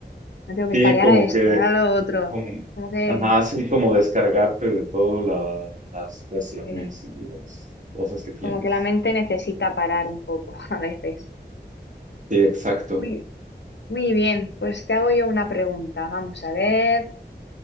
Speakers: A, on the left; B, on the right.
A: no tengo que
B: Sí,
A: estar y
B: como
A: ahora esto,
B: que,
A: ahora lo otro.
B: como-
A: Como que,
B: ajá, así como descargarte de todas las presiones
A: Sí.
B: y las cosas que tienes.
A: Como que la mente necesita parar un poco <laughs> a veces.
B: Sí, exacto.
A: Muy, muy bien, pues te hago yo una pregunta. Vamos a ver.